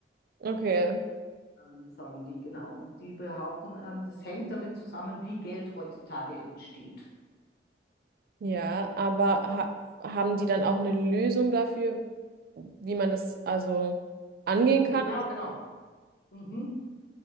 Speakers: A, on the right; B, on the left.
A: Okay.
B: ähm, sagen die, genau. Und die behaupten, ähm, das hängt damit zusammen, wie Geld heutzutage entsteht.
A: Ja, aber ha haben die dann auch eine Lösung dafür, wie man das also angehen
B: Genau,
A: kann?
B: genau. Mhm.